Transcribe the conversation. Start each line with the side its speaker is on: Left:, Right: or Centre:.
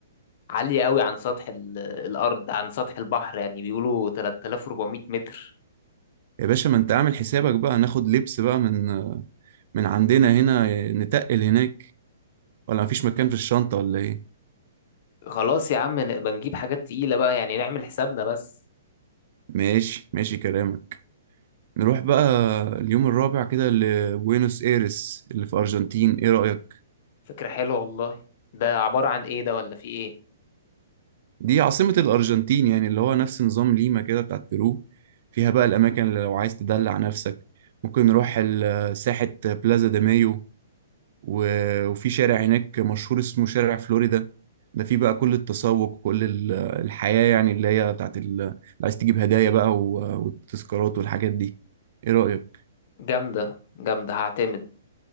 Left: عاليه قوي عن سطح ال- الارض عن سطح البحر يعني بيقولوا 3400 متر
Right: يا باشا ما أنت عامل حسابك بقى ناخد لبس بقى من آه، من عندنا هنا آه، نتقل هناك ولا مفيش مكان في الشنطة ولا إيه
Left: خلاص يا عم نبقى نجيب حاجات تقيله بقى يعني نعمل حسابنا بس
Right: ماشي ماشي كلامك نروح بقى اليوم الرابع كده لبوينوس ايرس اللي في أرجنتين ايه رأيك
Left: فكره حلوه والله ده عباره عن ايه ده ولا في ايه
Right: دي عاصمة الأرجنتين يعني اللي هو نفس نظام ليما كده بتاعت بيرو فيها بقى الأماكن اللي لو عايز تدلع نفسك ممكن نروح ال- ساحة بلازا دي مايو و- وفي شارع هناك مشهور اسمه شارع فلوريدا ده فيه بقى كل التسوق وكل ال- الحياة يعني اللي هي بتاعت ال- اللي عايز تجيب هدايا بقى و- والتذكارات والحاجات دي ايه رأيك
Left: جامدة جامدة هعتمد